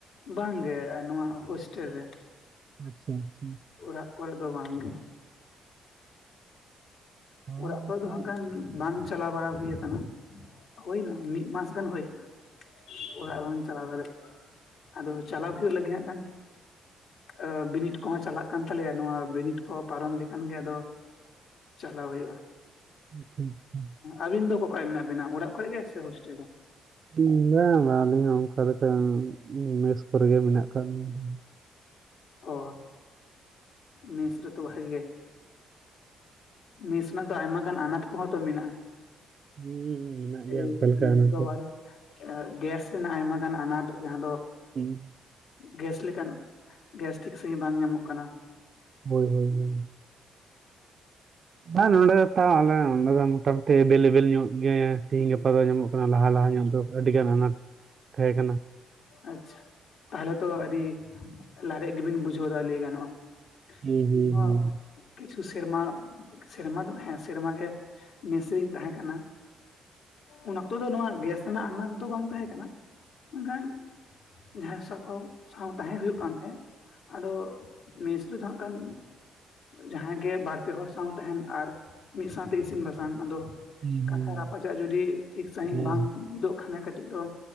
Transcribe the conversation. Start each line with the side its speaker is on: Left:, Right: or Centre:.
Left: ᱵᱟᱝ ᱜᱮ ᱱᱚᱣᱟ ᱦᱳᱥᱴᱮᱞ ᱨᱮ
Right: ᱟᱪᱪᱷᱟ ᱟᱪᱪᱷᱟ
Left: ᱚᱲᱟᱜ ᱠᱚᱨᱮ ᱫᱚ ᱵᱟᱝ ᱜᱮ
Right: ᱦᱳᱭ
Left: ᱚᱲᱟᱜ ᱠᱚᱨᱮ
Right: ᱱᱤᱛᱚᱜ
Left: ᱫᱚ ᱦᱟᱜ ᱠᱷᱟᱱ ᱵᱟᱝ ᱪᱟᱞᱟᱣ ᱵᱟᱲᱟ ᱦᱩᱭ ᱟᱠᱟᱱᱟ ᱦᱩᱭ ᱮᱱᱟ ᱢᱤᱫ ᱢᱟᱥ ᱜᱟᱱ ᱦᱳᱭ ᱟᱠᱟᱱᱟ <inaudible> ᱚᱲᱟᱜ ᱵᱟᱝ ᱪᱟᱞᱟᱣ ᱫᱟᱲᱮᱜ ᱟᱫᱚ ᱪᱟᱞᱟᱣ ᱦᱳᱭᱳᱜ ᱞᱟᱹᱜᱤᱫ ᱦᱟᱜ ᱠᱷᱟᱱ ᱟᱫᱚ ᱵᱤᱱᱤᱰ ᱠᱚ ᱠᱚᱦᱚᱸ ᱪᱟᱞᱟᱜ ᱠᱟᱱ ᱛᱟᱞᱮ ᱭᱟ ᱱᱚᱶᱟ ᱵᱤᱱᱤᱰ ᱠᱚ ᱯᱟᱨᱚᱢ ᱞᱮᱠᱷᱟᱱ ᱜᱮ ᱟᱫᱚ ᱪᱟᱞᱟᱣ ᱦᱳᱭᱳᱜᱼᱟ
Right: ᱟᱪᱪᱷᱟ ᱟᱪᱪᱷᱟ
Left: ᱟᱹᱵᱤᱱ ᱫᱚ ᱚᱠᱟ ᱨᱮ ᱢᱮᱱᱟᱜ ᱵᱤᱱᱟ ᱚᱲᱟᱜ ᱠᱚᱨᱮ ᱜᱮ ᱥᱮ ᱦᱳᱥᱴᱮᱞ ᱨᱮ
Right: ᱵᱟᱝ ᱵᱟᱝ ᱟᱹᱞᱤᱧ ᱦᱚᱸ ᱚᱱᱠᱟ ᱫᱚ ᱱᱟᱜ ᱠᱷᱟᱱ ᱢᱮᱥ ᱠᱚᱨᱮ ᱜᱮ ᱢᱮᱱᱟᱜ ᱟᱠᱟᱫ ᱞᱤᱧᱟ
Left: ᱚ ᱢᱮᱥ ᱨᱮ ᱛᱚ ᱵᱷᱟᱜᱮ ᱜᱮ ᱱᱮᱥ ᱨᱮᱱᱟᱜ ᱫᱚ ᱟᱭᱢᱟ ᱜᱟᱱ ᱟᱱᱟᱴ ᱠᱚᱦᱚᱸ ᱛᱚ ᱢᱮᱱᱟᱜᱼᱟ
Right: ᱦᱩᱸ ᱢᱮᱱᱟᱜ ᱜᱮᱭᱟ
Left: ᱮᱭ
Right: ᱚᱱᱠᱟ ᱞᱮᱠᱟ
Left: ᱱᱤᱛᱚᱜ
Right: ᱚᱱᱟ
Left: ᱫᱚ
Right: ᱠᱚ
Left: ᱵᱟᱨᱮ ᱜᱮᱥ ᱨᱮᱱᱟᱜ ᱟᱭᱢᱟ ᱜᱟᱱ ᱟᱱᱟᱴ ᱡᱟᱦᱟᱸ ᱫᱚ
Right: ᱦᱩᱸ
Left: ᱜᱮᱥ ᱞᱮᱠᱟᱱ ᱜᱮᱥ ᱴᱷᱤᱠ ᱥᱟᱸᱦᱤᱡ ᱵᱟᱝ ᱧᱟᱢᱚᱜ ᱠᱟᱱᱟ
Right: ᱦᱳᱭ ᱦᱳᱭ ᱦᱳᱭ ᱵᱟᱝ ᱱᱚᱸᱰᱮ ᱫᱚ <unintelligible> <unintelligible> ᱱᱚᱰᱮ ᱫᱚ ᱢᱚᱴᱟ ᱢᱩᱴᱤ ᱮᱵᱮᱞ ᱮᱵᱮᱞ ᱧᱚᱜ ᱜᱮ ᱛᱮᱦᱤᱧ ᱜᱟᱯᱟ ᱫᱚ ᱧᱟᱢᱚᱜ ᱠᱟᱱᱟ ᱞᱟᱦᱟ ᱞᱟᱦᱟ ᱧᱚᱜ ᱫᱚ ᱟᱹᱰᱤ ᱜᱟᱱ ᱟᱱᱟᱴ ᱛᱟᱦᱮᱸ ᱠᱟᱱᱟ
Left: ᱟᱪᱪᱷᱟ ᱛᱟᱦᱚ ᱞᱮ ᱛᱚ ᱟᱹᱰᱤ ᱞᱟᱨᱮᱡ ᱜᱮ ᱵᱤᱱ ᱵᱩ ᱡᱷᱟᱹᱣ ᱮᱫᱟ ᱞᱟᱹᱭ ᱜᱟᱱᱚᱜᱼᱟ <unintelligible>
Right: ᱦᱩᱸ ᱦᱩᱸ
Left: ᱠᱤᱪᱷᱩ ᱥᱮᱨᱢᱟ ᱥᱮᱨᱢᱟ ᱫᱚ ᱦᱮᱸ ᱥᱮᱨᱢᱟ ᱜᱮ ᱢᱮᱥ ᱨᱮᱧ ᱛᱟᱦᱮᱸ ᱠᱟᱱᱟ ᱩᱱ ᱚᱠᱛᱚ ᱫᱚ ᱱᱚᱣᱟ ᱜᱮᱥ ᱨᱮᱱᱟᱜ ᱟᱱᱟᱴ ᱫᱚ ᱵᱟᱝ ᱛᱟᱦᱮᱸ ᱠᱟᱱᱟ ᱢᱮᱱ ᱠᱷᱟᱱ ᱡᱟᱦᱟᱸ ᱥᱚᱨᱠᱟᱨ ᱥᱟᱶ ᱛᱟᱦᱮᱸ ᱦᱳᱭᱳᱜ ᱠᱟᱱ ᱛᱟᱦᱮᱸᱫ ᱟᱫᱚ ᱢᱮᱥ ᱨᱮ ᱫᱚ ᱦᱟᱸᱜ ᱠᱷᱟᱱ ᱡᱟᱦᱟᱸᱜᱮ ᱵᱟᱨ ᱯᱮ ᱦᱚᱲ ᱥᱟᱶ ᱛᱟᱦᱮᱱ ᱟᱨ ᱢᱤᱫ ᱥᱟᱶ ᱛᱮ ᱤᱥᱤᱱ ᱵᱟᱥᱟᱝ ᱟᱫᱚ
Right: ᱦᱩᱸ
Left: ᱠᱟᱛᱷᱟ ᱨᱟᱯᱟ ᱪᱟᱜ ᱡᱩᱫᱤ ᱴᱷᱤᱠ ᱥᱟᱹᱦᱤᱡ
Right: ᱦᱩᱸ
Left: ᱵᱟᱝ ᱢᱤ ᱫᱚᱜ ᱠᱷᱟᱱ ᱠᱟᱹᱴᱤᱡ ᱫᱚ